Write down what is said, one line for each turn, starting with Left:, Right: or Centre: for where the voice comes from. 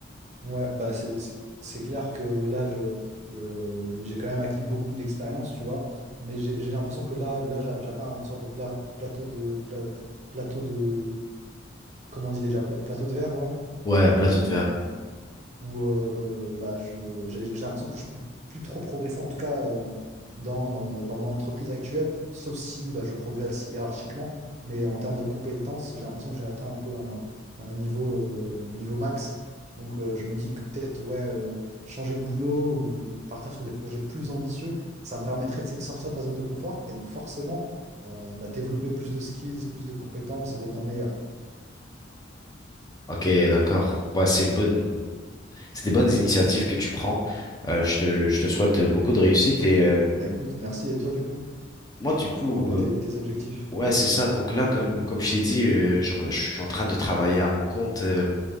Right: Ouais, bah c'est c'est- c'est clair que là, je, euh, j'ai quand même acquis beaucoup d'expérience, tu vois, mais j'ai j'ai l'impression que là, là j'a- j'atteins une sorte de pla- plateau de... pla- plateau de... Comment on dit déjà? pla- plateau de verre, ouais.
Left: Ouais,
Right: Euh,
Left: un plateau de verre.
Right: où euh, bah, je, j'ai j'ai l'impression que je peux plus trop progresser, en tout cas euh, dans, euh, dans mon entreprise actuelle, sauf si bah, je progresse hiérarchiquement. Mais en termes de compétences, j'ai l'impression que j'ai atteint un peu un, un niveau, euh, un niveau max. Donc euh, je me dis que peut-être ouais, euh, changer de boulot ou partir sur des projets plus ambitieux, ça me permettrait tu sais, de sortir de ma zone de confort et donc forcément euh, bah, développer plus de skills, plus de compétences et devenir meilleur.
Left: Ok, d'accord. Ouais, c'est une bonne, c'est des bonnes initiatives que tu prends. Euh, je te,
Right: Mm.
Left: je te souhaite beaucoup de réussite et euh,
Right: Bah écoute, merci. Et toi du coup,
Left: moi, du coup,
Right: c'est quoi un peu
Left: euh,
Right: tes tes objectifs?
Left: ouais, c'est ça. Donc là, comme, comme je t'ai dit, euh, je, je suis en train de travailler à mon compte. euh,